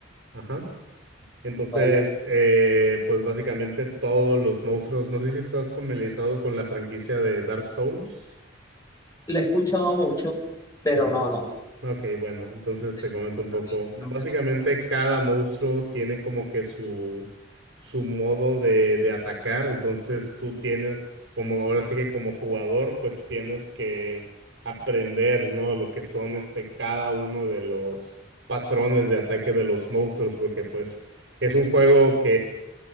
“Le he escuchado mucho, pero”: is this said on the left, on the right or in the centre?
Left